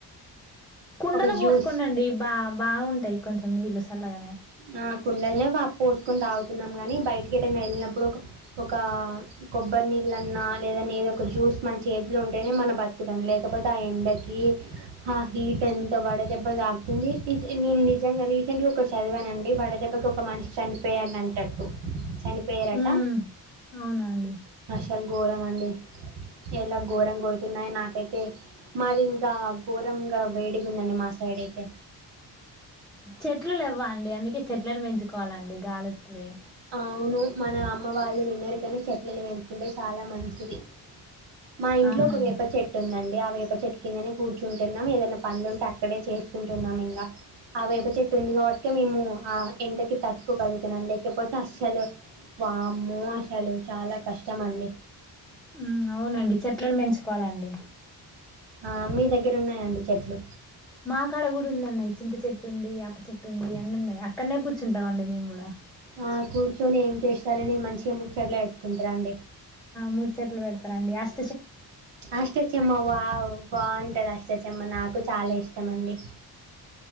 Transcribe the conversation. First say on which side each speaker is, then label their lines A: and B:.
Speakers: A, in the centre; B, on the right.
A: కుండలో
B: ఒక జ్యూస్
A: పోసుకోండండి బా బాగుం టయ్ కొంచెం నీళ్ళు సల్లగానే
B: ఆ కుండలనే పోసుకొని తాగుతున్నాం, కానీ బయటికి ఎటైనా వెళ్ళినప్పుడు ఒక్ ఒక కొబ్బరి నీళ్ళన్నా లేదన్నా ఏదో ఒక జ్యూస్ మన చేతిలో ఉంటేనే మనం బతుకుతాం, లేకపోతే ఆ ఎండకి ఆ హీట్ ఎంత వాడ దెబ్బ తాకుతుంది. నేను నిజంగా రీసెంట్ గా ఒకటి చదివానండి వడదెబ్బకి ఒక మనిషి చనిపోయానన్ టట్టు చనిపోయారట.
A: మ్మ్. అవునండి
B: చాలా ఘోరం అండి ఎలా ఘోరం కొడుతున్నాయో నాకైతే మాది ఇంకా ఘోరంగా వేడి ఉందండి మా సైడ్ అయితే
A: చెట్లు లెవ్వ్వ అండి ఇంకా చెట్లను పెంచుకోవాలండి గాలి వస్తాది
B: అవును మన అమ్మ వాళ్ళు విన్నారు కానీ చెట్లలు పెంచుకుంటే చాలా మంచిది మా ఇంట్లో
A: అవునండి
B: ఒక వేప చెట్టు ఉందం ఆహ్ వేప చెట్టు కిందనే కూర్చుంటున్నాం ఏదనా పనులు ఉంటే అక్కడే చేసుకుంటున్నాం ఇంకా ఆహ్ వేప చెట్టు ఉంది కాబట్కే మేము ఆ ఎండకి తట్టుకోగలుతున్నాం లే లేకపోతే అస్సలు వామ్మో అసలు చాలా కష్టం అండి
A: మ్మ్, అవునండి చెట్లను పెంచుకోవాలండి
B: ఆహ్ మీ దగ్గర ఉన్నాయంండి చెట్లు
A: మా కాడ కూడా ఉందన్నాయి చింత చెట్టు ఉంది యప చెట్టు ఉంది అన్న ఉన్నాయి అక్కడనే కూర్చుంటాం అండి మేము కూడా
B: ఆ కూర్చొని ఏం చేస్తారని మంచిగా ముచ్చట్లేపెట్టుకుంటారా అండి
A: ముచ్చెట్లు పెడతారండి ఆహ్
B: అష్ట చెమ్మా వావ్ బావుంటది అష్ట చెమ్మ నాకు కు చాలా ఇష్టం అండి